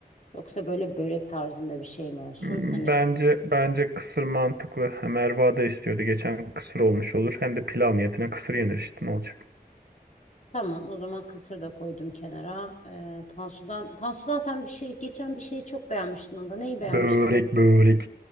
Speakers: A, on the left; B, on the right.
A: Yoksa böyle börek tarzında bir şey mi olsun?
B: Hmm,
A: Hani
B: Bence bence kısır mantıklı. Ha, Merva da istiyordu. Geçen kısır olmuş olur. Hem de pilav niyetine kısır yenir işte ne olacak.
A: Tamam, o zaman kısır da koydum kenara. Ee, Tansu'dan, Tansu'dan sen bir şey, geçen bir şeyi çok beğenmiştin onda. Neyi beğenmiştin
B: Börek
A: onu?
B: börek.